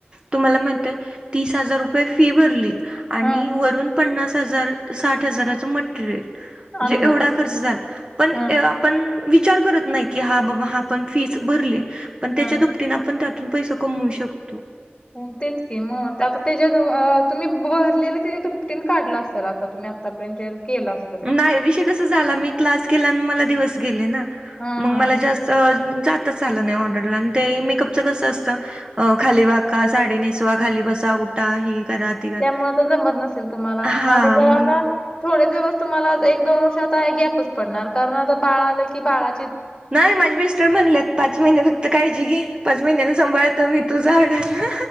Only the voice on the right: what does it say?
तुम्हाला माहितय तीस हजार रुपये फी भरली. आणि
वरून पन्नास हजार, साठ हजाराच मटेरियल. म्हणजे
एवढा खर्च झाला पण
<inaudible> विचार करत नाही हा पण फीच भरले पण
त्याच्या <inaudible> आपण त्यातून पैसे कमवू शकतो.
नाही विषय कस झाला. मी क्लास केला आणि मला दिवस गेले ना,
मग
मला
जास्त जातच आलं नाही ऑर्डरला आणि ते मेकअपच कसं असतं. अ खाली वाका, साडे नेसवा, खाली बसा, उठा ही करा. ते करा
हा
मग
नाही <inaudible> माझ्या मिस्टर म्हणल्यात. पाच महिने फक्त काळजी घे, पाच महिन्याने सांभाळतो मी तुझा ऑर्डरला.